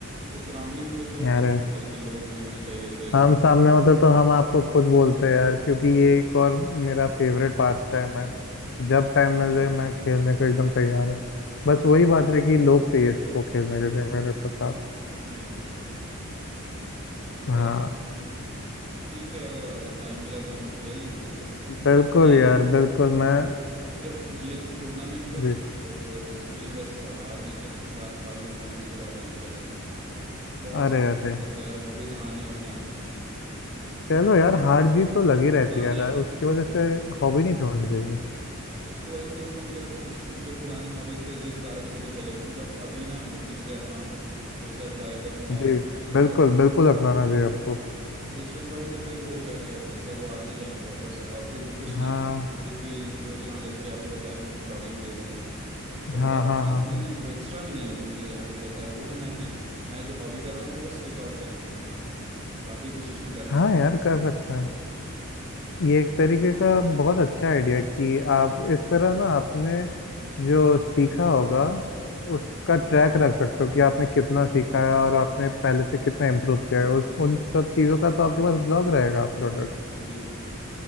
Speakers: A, on the right (about 30°); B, on the left (about 55°).
A: तो सराउंडिंग में वैसे होना
B: अरे
A: चाहिए कि लोग भी होने चाहिए ऐसे वो-
B: हम सामने होते तो हम आपको खुद बोलते यार क्योंकि ये एक और मेरा फेवरेट पास टाइम है जब टाइम मिल जाए मैं खेलने को एकदम तैयार हूँ बस वही बात है कि लोग चाहिए इसको खेलने के लिए मेरे के साथ
A: जी तो
B: हाँ
A: वही हाँ, तो ठीक है अगर अगर टाइम मिला तो हम लोग खेल लेंगे और क्या
B: बिल्कुल
A: बस ये
B: यार बिल्कुल मैं
A: जब ये टूर्नामेंट हुआ
B: जी
A: था ना तो फिर उसमें बस हारने के बा- कारण मैं उसके बाद नहीं खेला तो बहुत
B: अरे
A: सारे
B: अरे
A: मतलब यार हॉबीज आने और जाने के
B: चलो
A: तो
B: यार हार जीत तो लगी रहती
A: पुराने
B: है यार
A: हैं
B: उसकी वजह से हॉबी नहीं छोड़नी चाहिए
A: मैं तो वही सोचता हूँ कि यार उस जो पुराने हॉबीज थे जिस कारण से भी चले गए बट अभी ना वो फिर से अपनाऊं फिर से अप्लाई करूँ और
B: जी
A: बस
B: बिल्कुल बिल्कुल अपनाना चाहिए आपको
A: कंसिस्टेंट रहूँ तो फिर हो जाएगा यार फिर से वो आ ही जाएंगे वापस और फिर कुछ नए
B: हाँ
A: हॉबीज भी सोच रहा हूँ जैसे कि आपको बताया ही ब्लॉगिंग वाली चीज़ तो
B: हाँ
A: ब्लॉगिंग
B: हाँ हाँ हाँ
A: ना वो एक्स्ट्रा में नहीं होगी मुझे जहाँ तक लगता है वो है ना कि मैं जो हॉबी कर रहा हूँ वो बस रिकॉर्ड करना है मुझे बाकी कुछ उसमें करना
B: हाँ
A: नहीं
B: यार कर सकते हैं ये
A: तो
B: एक तरीके का बहुत अच्छा आइडिया कि आप इस तरह ना आपने जो सीखा होगा उसका ट्रैक रख सकते हो कि आपने कितना सीखा है और आपने पहले से कितना इम्प्रूव किया है उस उन सब चीज़ों का तो आपके पास ब्लॉग रहेगा अपलोडेड
A: जी